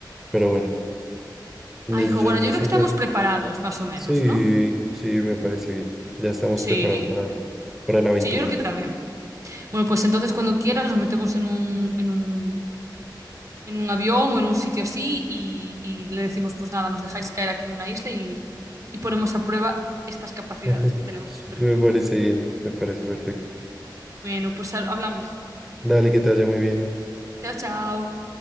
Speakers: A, in the centre; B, on the right (about 45°).
A: Pero bueno, yo,
B: Ay, hijo,
A: yo,
B: bueno,
A: yo
B: yo creo
A: siento,
B: que estamos preparados, más o menos,
A: sí,
B: ¿no?
A: sí, me parece bien. Ya estamos
B: Sí,
A: preparados para, para la aventura.
B: sí, yo creo que también. Bueno, pues entonces cuando quieras nos metemos en un, en un en un avión o en un sitio así y, y le decimos, pues nada, nos dejáis caer aquí en una isla y, y ponemos a prueba estas capacidades
A: <laughs>
B: que tenemos de supervivencia.
A: Me parece bien, me parece perfecto.
B: Bueno, pues ha- hablamos.
A: Dale, que te vaya muy bien.
B: Chao, chao.